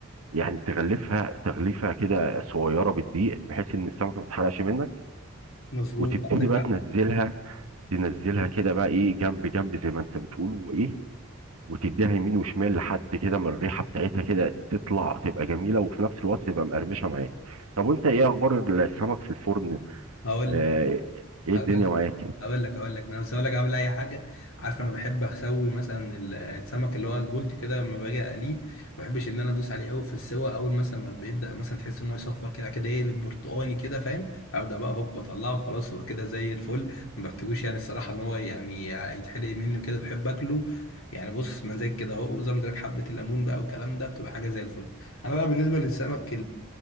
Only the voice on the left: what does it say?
مظبوط
عندك
حق
هقول
لك
هقول
هقول لك هقول لك انا بس هقول لك قبل اي حاجه عارف انا بحب اسوي مثلا ال- السمك اللي هو البولتي كده لما باجي اقليه ما بحبش ان انا ادوس عليه قوي في السوا اول مثلا ما بيبدا مثلا تحس ان هو يصفر كده كده يقلب برتقاني كده فاهم ابدا بقى هوب اطلعه خلاص هو كده زي الفل ما بحتاجوش يعني الصراحه ان هو يعني يتحرق مني كده بحب اكله يعني بص مزاج كده اهو وزي ما قلت لك حبه الليمون بقى والكلام ده بتبقى حاجه زي الفل انا بقى بالنسبه للسمك